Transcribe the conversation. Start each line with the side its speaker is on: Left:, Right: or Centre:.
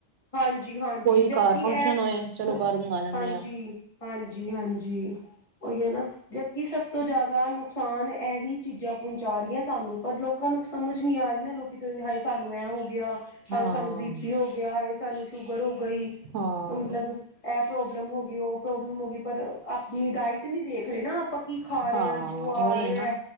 Left: ਹਾਂਜੀ ਹਾਂਜੀ
Right: ਕੋਈ ਵੀ
Left: ਜਬਕਿ
Right: ਘਰ
Left: ਇਹ
Right: ਫੰਕਸ਼ਨ ਹੋਏ ਚਲੋ ਬਾਹਰੋਂ ਮੰਗਵਾ ਲੈਂਦੇ
Left: ਹਾਂਜੀ
Right: ਆ।
Left: ਹਾਂਜੀ ਜੀ ਹਾਂਜੀ ਉਹੀ ਹੈ ਨਾ ਜਦਕਿ ਸਭ ਤੋਂ ਜ਼ਿਆਦਾ ਨੁਕਸਾਨ ਇਹੀ ਚੀਜ਼ਾਂ ਪਹੁੰਚਾ ਰਹੀਆਂ ਸਾਨੂੰ, ਪਰ ਲੋਕਾਂ ਨੂੰ ਸਮਝ ਨੀ ਆ ਰਹੀ ਨਾ, ਲੋਕੀ ਕਿਸੇ ਨੂੰ ਦਿਖਾਈ ਸਾਨੂੰ ਐਂ ਹੋ ਗਿਆ ਹਾਯੇ
Right: ਹਾਂ,
Left: ਸਾਨੂੰ ਬੀ ਪੀ ਹੋ ਗਿਆ, ਹਾਯੇ ਸਾਨੂੰ ਸ਼ੂਗਰ ਹੋ ਗਈ,
Right: ਹਾਂ,
Left: ਮਤਲਬ ਇਹ ਪ੍ਰੋਬਲਮ ਹੋ ਗਈ ਉਹ ਪ੍ਰੋਬਲਮ ਹੋ ਗਈ, ਪਰ ਆਪਣੀ ਡਾਇਟ ਨੀ ਦੇਖ ਰਹੇ ਨਾ ਆਪਾਂ ਕੀ ਖਾ ਰਹੇ
Right: ਹਾਂ
Left: ਆਂ, ਜੋ ਆ
Right: ਉਹੀ
Left: ਰਿਆ
Right: ਨਾ
Left: ਹੈ